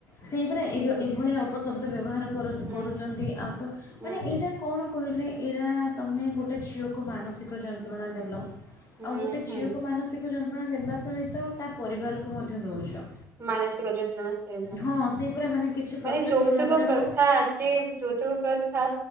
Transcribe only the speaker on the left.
ସେହିପରା ଏବେ ଏଭଳିଆ ଅପଶବ୍ଦ ବ୍ୟବହାର
କରୁଛନ୍ତି ଆଉ ତ
ମାନେ ଏଇଟା କଣ କହିଲେ ଏଇରା ତମେ ଗୋଟେ ଝିଅକୁ ମାନସିକ ଯନ୍ତ୍ରଣା ଦେଲ।
ଆଉ ଗୋଟେ
ଝିଅକୁ ମାନସିକ ଯନ୍ତ ଯନ୍ତ୍ରଣା ଦେବା ସହିତ ତା ପରିବାରକୁ ମଧ୍ୟ ଦେଉଛ।
ହଁ ସେଇ ପରା ମାନେ କିଛି ପ୍ରତ୍ୟକ୍ଷ
ଭାବରେ ହେଉ